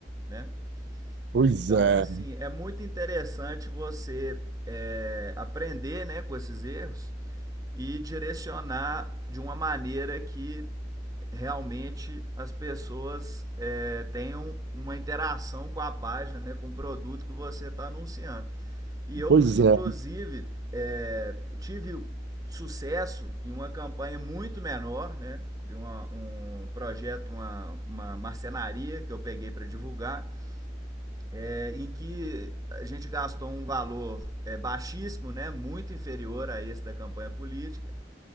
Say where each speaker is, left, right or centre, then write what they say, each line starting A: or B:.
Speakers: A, on the right (about 20°); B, on the right (about 65°).
A: Né?
B: Pois
A: Então,
B: é,
A: assim, é muito interessante você é, aprender né, com esses erros e direcionar de uma maneira que realmente as pessoas é, tenham uma interação com a página, né, com o produto que você está anunciando. E eu,
B: pois
A: inclusive,
B: é,
A: é, tive sucesso em uma campanha muito menor, né, de uma- um projeto, uma, uma marcenaria que eu peguei para divulgar é, em que a gente gastou um valor é, baixíssimo, né, muito inferior a esse da campanha política,